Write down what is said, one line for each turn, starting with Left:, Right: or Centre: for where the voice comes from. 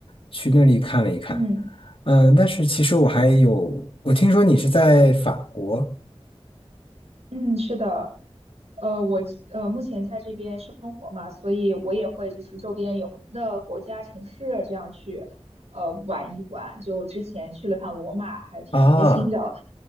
Left: 去那里看了一看。
Right: 嗯
Left: 嗯、但是其实我还有，我听说你是在法国
Right: 嗯，是的，呃，我呃目前在这边生活嘛，所以我也会就是周边有名的国家、城市这样去呃玩一玩。就之前去了趟罗马，还挺开心的。
Left: 啊，